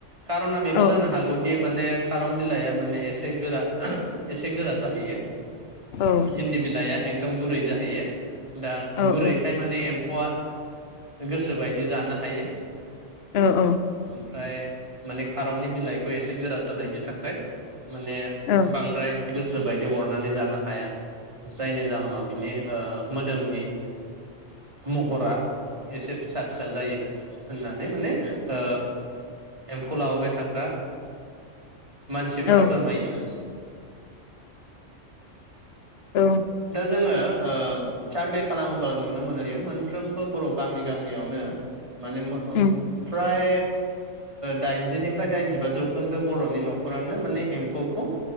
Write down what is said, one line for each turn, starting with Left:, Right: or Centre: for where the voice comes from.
Right: खारन जानो
Left: औ
Right: हागौदि माने खारन बिलाइआ माने एसे गोरा एसे गोरा जाहैयो।
Left: औ
Right: इन्दि बिलाया एकदम गुरै जाहैयो। दा
Left: औ
Right: गुरैखाय माने फौआ गोसो बायदि जानो हायो।
Left: औ औ।
Right: फ्राय माने खारननि बिलाइखौ एसे गोरा जानायनि थाखाय माने
Left: औ
Right: बांद्राय गोसो बायदि अरनानै जानो हाया। जायनि जाहोनाव बिनि ओ मोदोमनि महरा एसे फिसा फिसा जायो होननानै माने ओ एम्फौ लाबोबाय थाग्रा। मानसिफोरा
Left: औ
Right: फोरमायो आरो। <inaudible>
Left: औ
Right: दा जोङो ओ सारभे खालामोब्ला नुनो मोनोयो मोनफ्रोमबो बर' गामि गामियावनो माने मो
Left: उम
Right: फ्राय दाइनजिनि फ्राय दाइनजिबा जौखोन्दो बर'नि न'खरानो माने एम्फौखौ